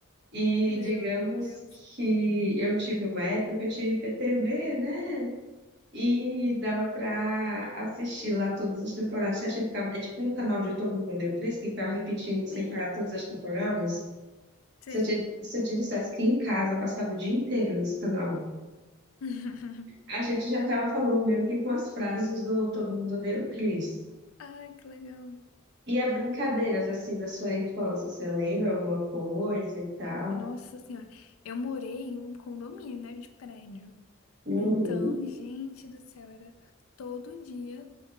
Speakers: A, on the right; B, on the left.
A: E
B: Meu
A: digamos
B: Deus.
A: que eu tive uma época que eu tinha IPTV, né? E dava para assistir lá todas as temporadas certinho. Ficava, é tipo um canal de todo mundo deu três que ficava repetindo sem
B: Sim,
A: parar todas as temporadas.
B: sei.
A: Se eu te, se eu te dissesse que em casa eu passava o dia inteiro no celular,
B: <laughs>
A: a gente já estava falando mesmo que com as frases do Todo Mundo Odeia o Chris.
B: Ai, que legal.
A: E as brincadeiras, assim, da sua infância, você lembra alguma coisa e tal?
B: Nossa Senhora. Eu morei em um condomínio, né? De prédio.
A: Uhum.
B: Então, gente do céu, era todo dia.